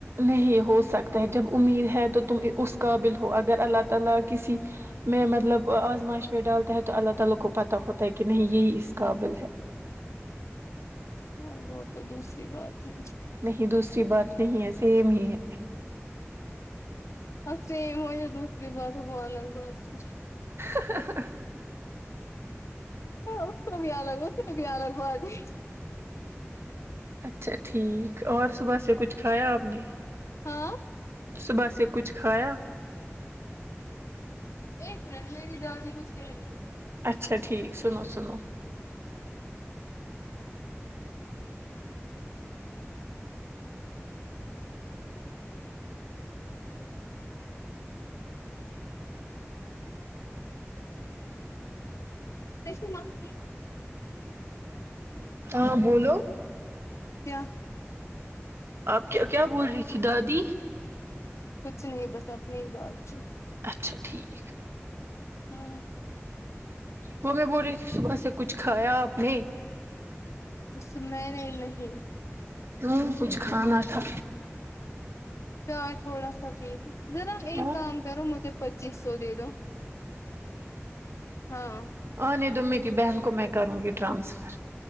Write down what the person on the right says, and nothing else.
نہیں ہو سکتا ہے جب امید ہے تو تم اس قابل ہو اگر اللہ تعالی کسی میں مطلب آزمائش میں ڈالتا ہیں تو اللہ تعالی کو پت ہوتا ہے کہ نہیں یہی اس قابل ہے
نہیں دوسری بات نہیں ہے سیم ہی ہے
ہاں
اچھا ٹھیک اور صبح سے کچھ کھایا آپ نے
صبح سے کچھ کھایا
اچھا ٹھیک سنو سنو
ہاں بولو
آپ کیا کیا بول رہی تھی دادی
اچھا ٹھیک
وہ میں بول رہی تھی صبح سے کچھ کھایا آپ نے
کیوں کچھ کھانا تھا
ہاں
ہ نہیں تو میری بہن کو میں کروں گی ٹرانسفر